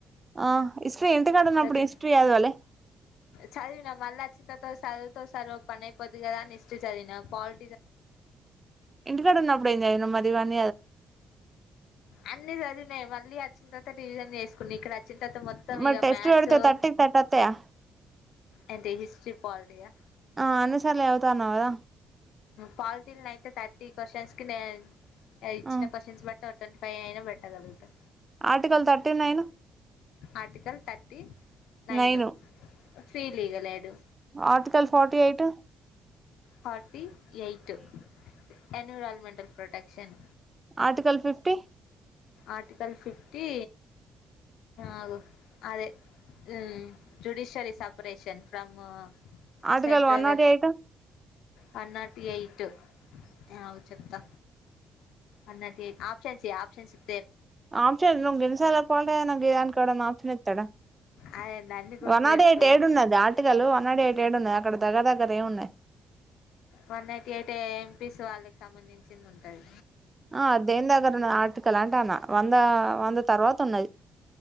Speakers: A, on the right; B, on the left.
A: ఆ హిస్టరీ ఇంటికాడ ఉన్నప్పుడు
B: అ చ
A: హిస్టరీ చదవలే
B: చదివినా మళ్ల వచ్చిన తర్వాత తో సదువుతో సరు ఒక పని అయిపోది కదా అని హిస్ట్రీ చదివిన పాల్
A: ఇంటికాడు ఉన్నప్పుడు ఏం చదివినవ్ మరి ఇవన్ని
B: అన్ని చదివినయే మళ్ళీ వచ్చిన తర్వాత రివిజన్ చేసుకుని ఇక్కడ అ వచ్చిన తరువాత మొత్తం
A: మరి
B: ఇగ
A: టెస్ట్
B: మ్యాథ్స్
A: పెడితే థర్టీకి థర్టీ వత్తయా
B: అండ్ తేజస్ చి పాలిటీయా
A: ఆ అన్నిసార్ల చదువుతా అన్నవు కదా
B: పాలిటీల్ అయితే థర్టీ క్వశ్చన్స్ కి నెన్ ఇచ్చిన
A: ఆ
B: క్వశ్చన్స్ బట్టి టో ట్వంటీ ఫైవ్ అయినా పెట్టగలుగుత
A: article thirty nine
B: article thirty nine
A: nine
B: feel ఇగ లేడు
A: article forty eight
B: forty eight environmental protection
A: article fifty
B: article fifty ఆగు అదే ఊ judiciary separation from
A: article
B: central
A: one not eight
B: one not eight ఆగు చెప్తా అన్నది ఆప్షన్స్ చెయ్ option చెయ్
A: ఆప్షన్ నువు గిన్ని సార్లు పాంట్ అయినంక గీదానికి ఎవడన్నా ఆప్షన్ ఇత్తడ
B: అదేంది అన్నీ గుర్తుపెట్టుకో
A: వన్ నాట్ ఎయిట్ ఏడు ఉన్నది ఆర్టికల్ వన్ నాట్ ఎయిట్ ఏడు ఉన్నది అక్కడ దగ్గర దగ్గర ఏ న్నాయి
B: వన్ నాట్ ఎయిట్ ఎంపీస్ వాళ్ళకి సంబంధించింది ఉంటది
A: ఆ దేని దగ్గర ఆటికల్ అంటే అన్న వంద వంద తర్వాత ఉన్నది